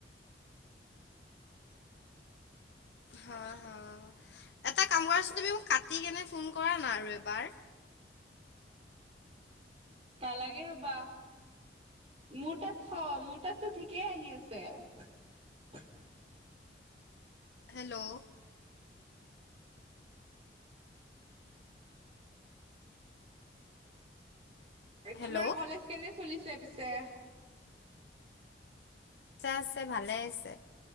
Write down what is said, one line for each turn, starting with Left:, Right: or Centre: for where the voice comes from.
Right: <unintelligible>
Left: হা হা এটা কাম কৰাচোন তুমি কাটি কনে ফোন কৰা না আৰু এবাৰ
Right: নালাগে ৰবা মোৰ তাত থ মোৰ তাততো ঠিকেই আহি আছে <unintelligible>
Left: হেল্ল' হেল্ল'
Right: তোমাৰ কলেজ কেনে চলিছে পিছে
Left: আছে আছে ভালেই আছে